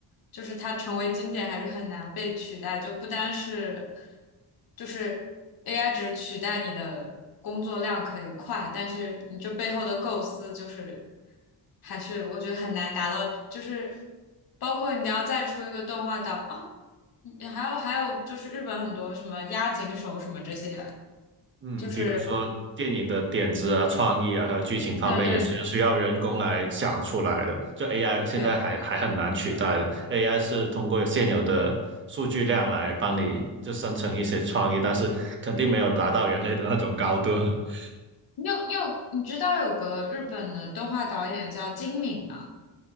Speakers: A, on the left; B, on the right.
A: 就是它成为经典还是很难被取代，就不单是就是 AI 只取代你的工作量可以快，但是你这背后的构思就是还是我觉得很难达到，就是包括你要再出一个动画档啊。你还有还有，就是日本很多什么押井守什么这些，
B: 嗯，
A: 就是
B: 比如说电影的点子啊、创意啊，还有剧情方面也是需要人工来想出来的。
A: 对对
B: 就 AI 现在还还很难取代的，AI
A: 对，
B: 是通过现有的数据量来帮你就生成一些创意，但是肯定没有达到人类的那种高度。<laughs>
A: 你有你有你知道有个日本的动画导演叫金敏吗？